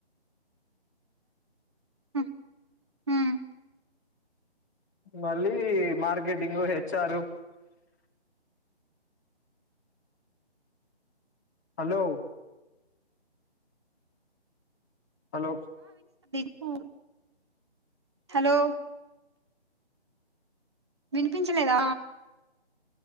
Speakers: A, on the right; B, on the left.
A: హుమ్ మ్
B: మళ్ళీ మార్కెటింగు హెచ్చారు హలో హలో
A: ఉండు హలో వినిపించలేదా